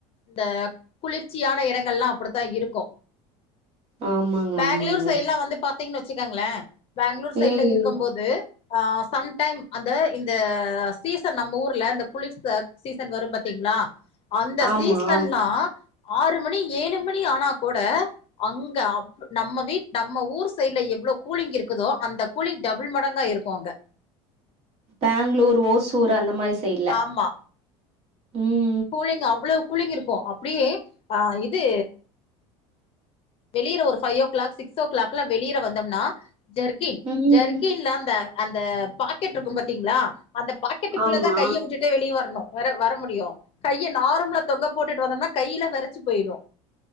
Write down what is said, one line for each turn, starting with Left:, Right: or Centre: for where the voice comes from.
Left: த குளிர்ச்சியான எடங்கள்லா அப்டித்தா இருக்கு
Right: ஆமாங்க,
Left: பேங்ளூர்
Right: ஆமாங்க.
Left: சைட்லா வந்து பா த்திங்ன் வச்சுக்கங்ளே பேங்ளூர் சைட்ல
Right: ம்.
Left: இருக்கம் போது ஆ சம்டைம் அந்த இந்த சீசன் நம்ம ஊர்ல இந்த குளிர் ச சீசன் வரும் பாத்தீங்களா அந்த
Right: ஆமா.
Left: சீசன்ல்லா ஆறு மணி ஏழு மணி ஆனா கூட அங்க நம்ம வீட் நம்ம ஊர் சைட்ல எவ்ளோ கூலிங் இருக்குதோ அந்த கூலிங் டபுள் மடங்கா இருக்கு அங்க
Right: பேங்ளூர் ஓசூர் அந்த மாரி சைட்ல
Left: ஆமா
Right: ம்
Left: கூலிங் அவ்வளவு கூலிங் இருக்கு அப்டியே ஆ இது வெளியிற ஒரு ஃபைவ் ஓ கிளாக் சிக்ஸ் ஓ கிளாக்லா வெளியிற வந்தோம்னா ஜெர்கின்
Right: ம்.
Left: ஜெர்கின்ல அந்த அந்த பாக்கெட்ருக்கு பாத்தீங்களா அந்த பாக்கெட்டுக்குள்ளதா
Right: ஆமா.
Left: கைய வுட்டுட்டே வெளிய வரணு வர வர முடியு கைய நார்மலா தொங்க போட்டுட்டு வந்தோம்னா கையிலா வெரச்சு போயிரு